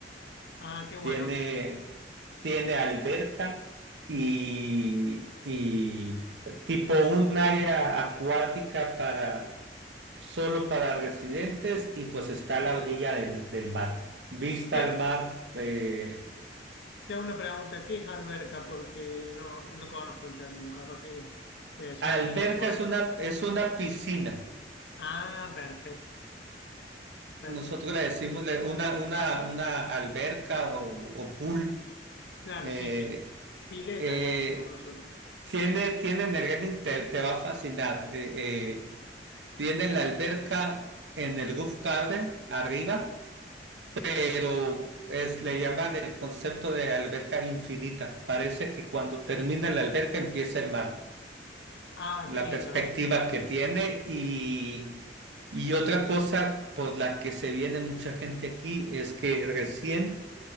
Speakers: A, on the left; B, on the right.
A: Ah, qué bueno.
B: tiene, tiene alberca y, y tipo un área acuática para solo para residentes y pues está a la orilla del, del mar. Vista
A: Te,
B: al mar, eh,
A: te hago una pregunta. ¿Qué es alberca? Porque no, no conozco el término. Capaz que le decimos
B: alberca
A: de otra forma.
B: es una, es una piscina.
A: Ah, perfecto, perfecto.
B: Nosotros le decimos le- una, una, una alberca o, o pool.
A: Claro,
B: eh,
A: sí, sí. Pileta
B: eh,
A: le decimos nosotros.
B: Tiene, tiene Energetic, te, te va a fascinar. Eh, eh, tiene la alberca en el roof garden arriba, pero es, le llaman el concepto de alberca infinita. Parece que cuando termina la alberca empieza el mar,
A: Ah,
B: la
A: qué lindo.
B: perspectiva que tiene y, y otra cosa por la que se viene mucha gente aquí es que recién